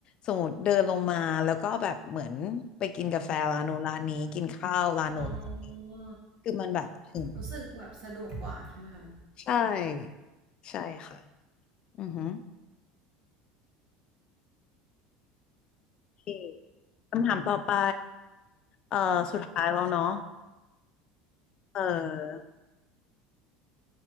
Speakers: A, on the left; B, on the right.
A: สมมติเดินลงมาแล้วก็แบบเหมือนไปกินกาแฟร้านโน้นร้านนี้กินข้าวร้านโน้นร้านนี้
B: อ๋อ
A: คือมันแบบถึง
B: รู้สึกแบบสะดวกกว่าใช่ไหมคะ
A: ใช่ใช่ค่ะอือหือโอเคคำถามต่อไปเอ่อสุดท้ายแล้วเนาะเออ